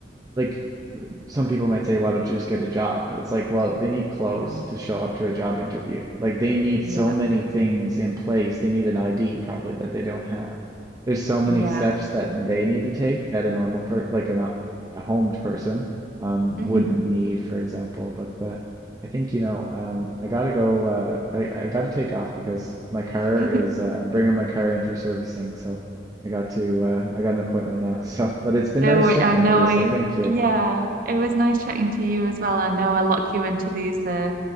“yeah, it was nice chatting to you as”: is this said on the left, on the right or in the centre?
Right